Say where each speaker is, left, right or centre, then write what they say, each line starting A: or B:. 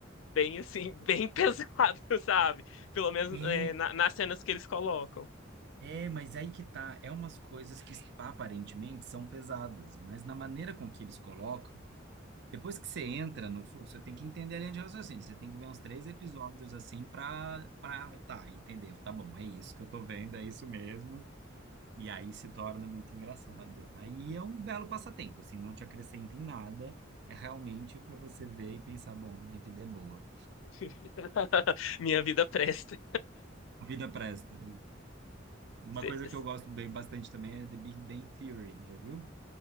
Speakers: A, on the left (about 85°); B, on the right (about 60°).
A: bem, assim, bem <laughs> pesado, sabe? Pelo menos,
B: É,
A: é, na- nas cenas que eles colocam.
B: é, mas aí que tá. É umas coisas que aparentemente são pesadas, mas na maneira com que eles colocam, depois que você entra no fluxo, você tem que entender a linha de raciocínio. Você tem que ver uns três episódios assim para para tá, entender. Tá bom, é isso que eu tô vendo, é isso mesmo. E aí se torna muito engraçado. Aí é um belo passatempo, assim, não te acrescenta em nada. É realmente para você ver e pensar, bom, minha vida é boa.
A: <laughs> Minha vida presta.
B: A vida presta, Uma
A: Cê-
B: coisa que
A: cê-
B: eu gosto bem bastante também é The Big Bang Theory, já viu?